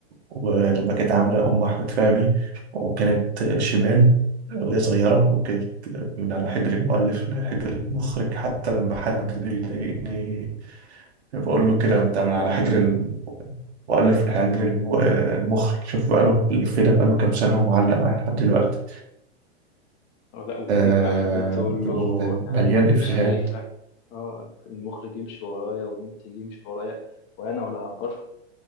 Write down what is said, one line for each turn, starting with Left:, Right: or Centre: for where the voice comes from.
Right: ولما كانت عاملة أم أحمد فهمي وكانت شمال وهي صغيرة وكانت من على حجر المؤلف لحجر المخرج حتى لما حد بيضايقني بقول له كده أنت من على حجر وألف لحياة جرير الم- آه، المخرج شوف بقاله الإفيه ده بقاله كام سنة ومعلق معايا لحد دلوقتي
Left: أو لا وتيجي
Right: آه
Left: معاه في البيت تقول
Right: ال-
Left: له ده
Right: مليان
Left: أنا كنت
Right: إفيهات
Left: شريفك آه المخرج يمشي ورايا والمنتج يمشي ورايا وأنا ولا هعبرهم